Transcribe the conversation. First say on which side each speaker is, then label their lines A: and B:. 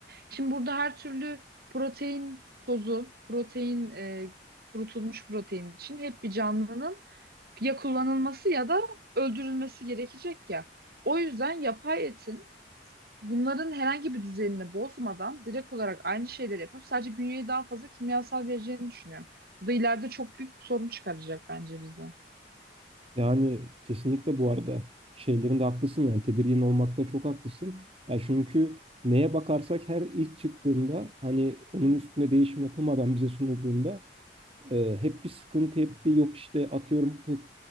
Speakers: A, on the right; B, on the right.
A: Şimdi burada her türlü protein tozu, protein e, kurutulmuş protein için hep bir canlının ya kullanılması ya da öldürülmesi gerekecek ya. O yüzden yapay etin bunların herhangi bir düzenini bozmadan direkt olarak aynı şeyleri yapıp sadece bünyeye daha fazla kimyasal vereceğini düşünüyorum. Bu da ileride çok büyük bir sorun çıkaracak bence bize.
B: Yani kesinlikle bu arada şeylerinde haklısın yani tedirgin olmakta çok haklısın. Yani çünkü neye bakarsak her ilk çıktığında hani onun üstüne değişim yapılmadan bize sunulduğunda E, hep bir sıkıntı, hep bir yok işte atıyorum k-